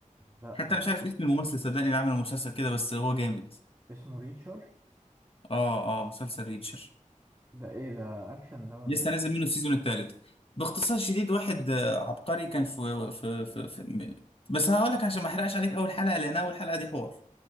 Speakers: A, on the right; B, on the left.
A: لا
B: حتى انا مش عارف اسم الممثل صدقني اللي عمل المسلسل كده بس هو جامد
A: اسمه ريتشر
B: اه اه مسلسل ريتشر
A: ده ايه ده اكشن ده ولا
B: لسه
A: ايه
B: نازل منه السيزون الثالث باختصار شديد واحد آه، عبقري كان في في في, في... بس هقول لك عشان ما احرقش عليك اول حلقه لان اول حلقه دي حوار